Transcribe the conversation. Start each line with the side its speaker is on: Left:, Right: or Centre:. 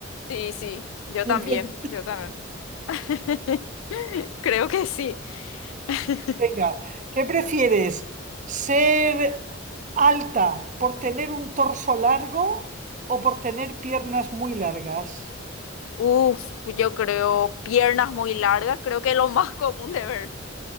Left: Sí, sí, yo
Right: Siempre,
Left: también, yo también. <laughs> Creo que sí. <laughs>
Right: venga, ¿qué prefieres? ¿Ser alta por tener un torso largo o por tener piernas muy largas?
Left: Uf, yo creo piernas muy largas, creo que es lo más <laughs> común de ver.